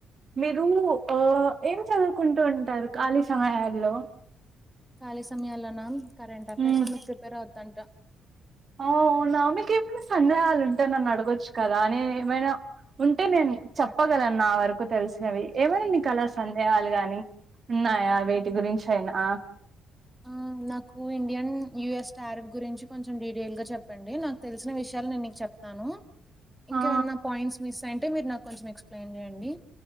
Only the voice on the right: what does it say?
మీరు ఆ ఏం చదువుకుంటూ ఉంటారు ఖాళీ సమయాల్లో
మ్,
ఆ అవునా మీకు ఏమైనా సందేహాలు ఉంటె నన్ను అడగొచ్చు కదా నేను ఏమైనా ఉంటే నేను చెప్పగలను నా వరకు తెలిసినవి ఏమై నీకాల సందేహాలు గాని ఉన్నాయా వేటి గురించి అయినా
ఆ